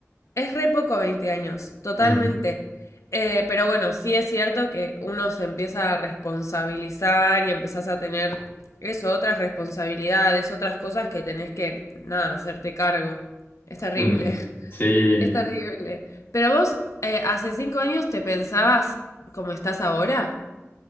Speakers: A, on the left; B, on the left.
A: es re poco 20 años, totalmente.
B: Ujú.
A: Eh, pero bueno, sí es cierto que uno se empieza a responsabilizar y empezás a tener eso, otras responsabilidades, otras cosas que tenés que, nada, hacerte cargo. Es terrible.
B: Mm, sí,
A: Es terrible. Pero vos, eh, hace cinco años te pensabas como estás ahora.